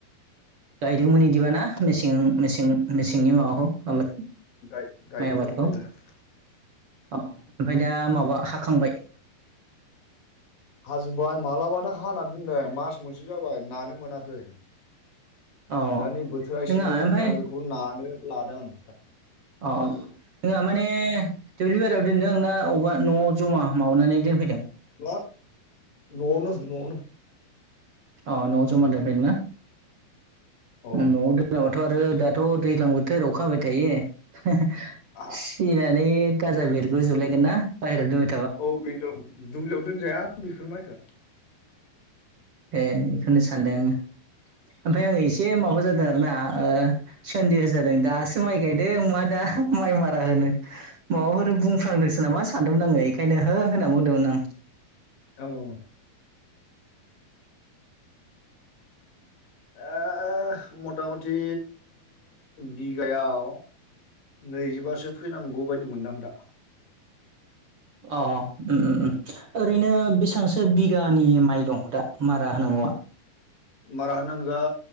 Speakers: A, on the right; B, on the left.
A: गायदोंमोन इदिबा ना मेसें-मेसें मेसेंनि माबाखौ आबाद
B: गाय-गायदोंमोन-गायदोंमोन
A: माइ आबादखौ अ ओमफाय दा माबा हाखांबाय?
B: हाजोबबाय मालाबानो हाना दोनदों मास मोनसे जाबाय नानो मोनाखै
A: अ
B: दा नै बोथोरा
A: नोङा
B: एसे मोजांखा
A: ओमफ्राय
B: बेखौ नानो लादों आं नोंथा
A: अ नोंहा माने दुब्लिबारियाव दोनदों ना बबेबा न'आव जमा माबानानै दोनफैदों?
B: बा न'आवनो न'आवनो
A: अ न'आव जमा दोनफैदों ना
B: औ
A: उम न'आव दोनाबा दाथ' आरो दाथ' दैज्लां बोथोर अखा हाबाय थायो <unintelligible>
B: आ
A: सिनानै गाजा बेरगुजोबलायगोन ना बायेरायाव दो
B: औ बेन्द' दुब्लियाव दोनजाया बेफोर माइखो
A: ए बेखौनो सानदों ओमफ्राय आङो एसे माबा जादों आरो ना ओ सनदेअ' जादों दासो माइ गायदों मा दा माइ मारा होनो माबाफोर बुंफ्लांदोंसो नामा सानदोंमोन आङो एखायनो हो होनना बुंदोंमोन आं
B: औ ओ ओह मथा-मथि बिगायाव नैजिबासो फैनांगौ बायदि मोनदांं दा
A: अ उम उम उम ओरैनो बेसेबांसो बिघा नि माइ दं दा मारा होनांगौआ?
B: मारा होनांगोआ